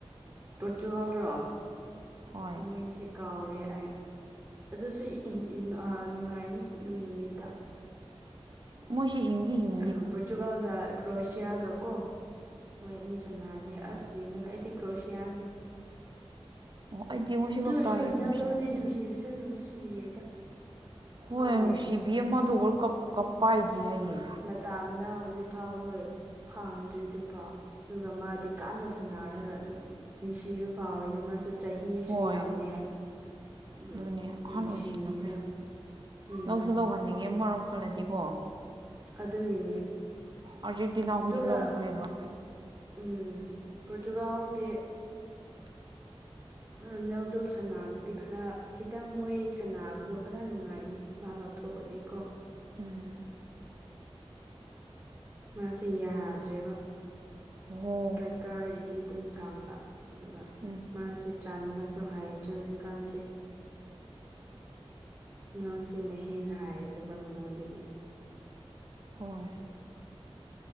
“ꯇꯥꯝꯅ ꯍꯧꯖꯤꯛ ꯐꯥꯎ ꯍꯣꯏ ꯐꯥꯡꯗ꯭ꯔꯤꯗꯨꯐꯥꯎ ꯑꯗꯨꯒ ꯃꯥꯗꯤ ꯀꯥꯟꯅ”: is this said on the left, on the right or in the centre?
Right